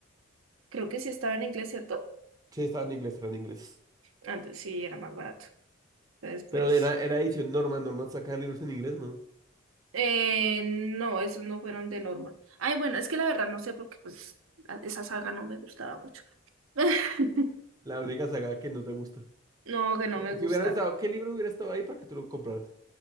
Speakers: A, on the right (about 75°); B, on the right (about 15°).
A: Creo que sí estaba en inglés, ¿cierto?
B: Sí, estaba en inglés, era en inglés.
A: Antes sí era más barato. Entonces,
B: Pero
A: pues,
B: era, era edición Norman, Norman saca libros en inglés, ¿no?
A: eh, no, esos no fueron de Norma. Ay, bueno, es que la verdad no sé porque pues a- esa saga no me gustaba mucho. <laughs>
B: La única saga que no te gusta.
A: No, que no me gusta.
B: Si hubiera estado, ¿qué libro hubiera estado ahí para que tú lo compraras?